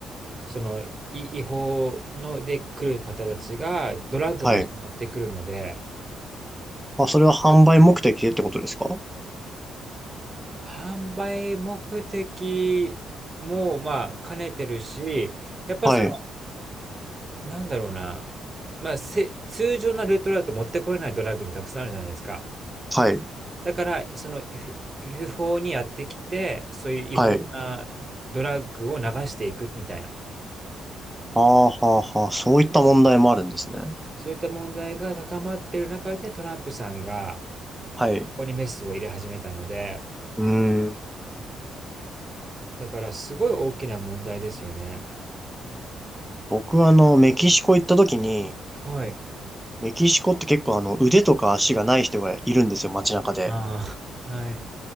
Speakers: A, on the right; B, in the centre.
A: その違法ので来る方たちがドラッグも持ってくるので、
B: はい。あ、それは販売目的でってことですか
A: 販売目的もまあ兼ねてるし、やっぱその、
B: はい、
A: なんだろうな、まあせ通常なルートだと持ってこれないドラッグってたくさんあるじゃないですか。
B: はい、
A: だから、そのふ不法にやってきて、そういう違法なドラッグを流していくみたいな、
B: はい。ああ、はあ、はあ、そういった問題もあるんですね。
A: そういった問題が高まってる中でトランプさんが、
B: はい。
A: そこにメスを入れ始めたので、
B: うーん。
A: うんだからすごい大きな問題ですよね。
B: 僕はあの、メキシコ行った時に、
A: はい。
B: メキシコって結構あの、腕とか足がない人がいるんですよ、街中で。
A: ああ、はい。